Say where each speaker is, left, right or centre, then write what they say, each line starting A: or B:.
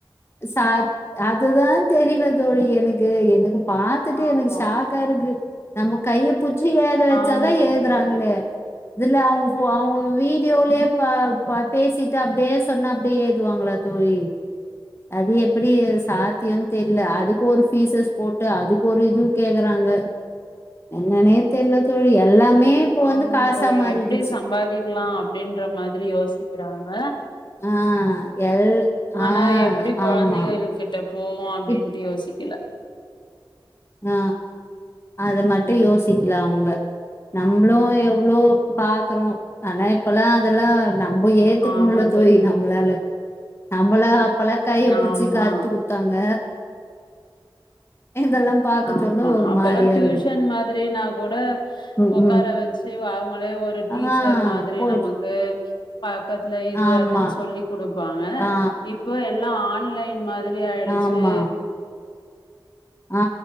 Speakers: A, on the left; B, on the left.
A: ச அதுதா தெரில தோழி எனக்கு எனக்கு பாத்துட்டு
B: ஆமா
A: எனக்கு ஷாக்காருக்கு நம்ப கைய புச்சி ஏத வச்சாதா
B: ஆமா தோழி
A: ஏதுறாங்களே இதுல அவுங்க ஃபோ அவுங்க வீடியோலே ப ப பேசிட்டு அப்டே சொன்னா அப்டே ஏதுவாங்களா தோழி அது எப்டி சாத்தியோன் தெர்ல அதுக்கு ஒரு ஃபீசஸஸ் போட்டு அதுக்கு ஒரு இது கேக்கறாங்க என்னென்னே தெர்ல தோழி எல்லாமே இப்போ
B: ஆமா
A: வந்து காசா
B: தோழி
A: மாறிடுச்சு
B: எப்டி சம்பாதிக்லா அப்டின்ற மாரி யோசிக்கிறாங்க
A: ஆ எல் ஆ
B: ஆனா எப்டி கொழந்தைகள்
A: ஆமா
B: கிட்ட போவு அப்டின்ட்டு
A: இப்
B: யோசிக்கல
A: ஆ அத
B: ம்
A: மட்டு யோசி க்ல அவுங்க நம்ளு எவ்ளோ பாக்குறோ ஆனா இப்பல்லா அதல்லா நம்ப
B: ம்
A: ஏத்துக்
B: ஆமா
A: முல்ல தோழி நம்ளால நம்பள அப்பல்லா கைய
B: ஆமா
A: புச்சி கத்து கு த்தாங்க இதெல்லா பாக்க
B: ஆமா
A: சொல்ல ஒரு
B: அப்பல்லா
A: மாரியா
B: டியூஷன்
A: இருக்கு
B: மாதிரினா கூட
A: ம்
B: ஒக்கார
A: ம்
B: வச்சு அவுங்களே ஒ ரு
A: ஆ
B: டீச்சர் மாதிரி
A: போயிட்டு
B: நமக்கு பக்கத்ல இது
A: ஆமா
B: அதுன் சொல்லி குடுப்பாங்க
A: ஆ
B: இப்போ எல்லா ஆன்லைன் மா ரி ஆய்ருச்சு
A: ஆமா ஆ